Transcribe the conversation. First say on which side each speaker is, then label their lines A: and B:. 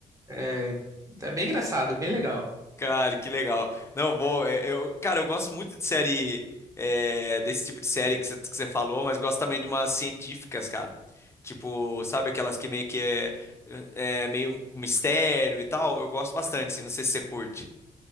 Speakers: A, on the right; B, on the left.
A: é, é bem engraçado, é bem legal.
B: Cara, que legal. Não, vou. é, Eu, cara, eu gosto muito de série. é, desse tipo de série que você que você falou, mas gosto também de umas científicas, cara. Tipo, sabe aquelas que meio que é, é é meio com mistério e tal? Eu gosto bastante, assim, não sei se você curte.